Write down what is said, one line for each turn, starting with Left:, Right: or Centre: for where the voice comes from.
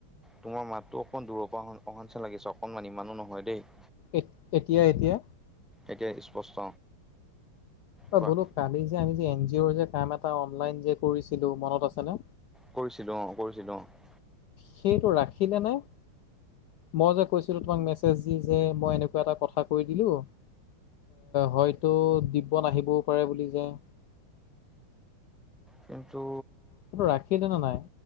Centre: তোমাৰ মাততো অকণ দূৰৰ পৰা অহা অহা নিচিনা লাগিছে অকণমান ইমানো নহয় দেই
Left: এ এতিয়া এতিয়া?
Centre: একে স্পষ্ট
Left: অ
Centre: কোৱা
Left: বোলো কালি যে আমি যে এন জি অৰ যে কাম এটা অনলাইন যে কৰিছিলো মনত আছে নে?
Centre: কৰিছিলো অ, কৰিছিলো অ।
Left: সেইটো ৰাখিলে নে? মই যে কৈছিলোঁ তোমাক মেছেজ দি যে মই এনেকুৱা এটা কথা কৈ দিলোঁ হয়তো দিপহত আহিবও পাৰে বুলি যে
Centre: কিন্তু
Left: সেইটো ৰাখিলে নে নাই